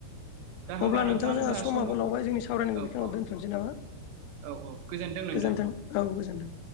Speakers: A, on the right (about 80°); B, on the left (about 80°).
A: दा होमबा
B: अब्ला नोंथां जोंहा समाब
A: सम औ
B: लावबाय जोंनि सावरायनायखौ
A: औ
B: बेखिनिाव
A: औ
B: दोन्थ'नोसै नामा?
A: औ गोजोनदों नोंथां
B: गोजोनथों औ गोजोनथों।